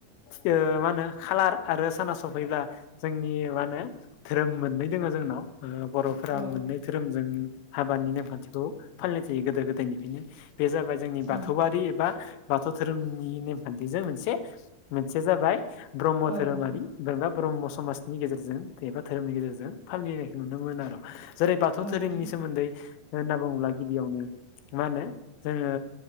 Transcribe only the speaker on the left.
ओ मा होनो खालार आरो साना सफैब्ला जोंनि मा होनो धोरोम मोननै दोङो जोंनाव ओ बर'फोरा
मोननै धोरोमजों हाबानि नेमखान्थिखौ फालिनाय जायो गोदो गोदायनिफ्रायनो बे जाबाय जोंनि
बाथौआरि एबा बाथौ धोरोमनि नेमखान्थिजों मोनसे मोनसेया जाबाय ब्रह्म
धोरोमारि
बा ब्रह्म समाजनि गेजेरजों एबा धोरोमनि गेजेरजों फालिनायखौ नुनो मोनो आरो। जेरै बाथौ धोरोमनि
सोमोन्दै होनना बुङोब्ला गिबियावनो मा होनो जोङो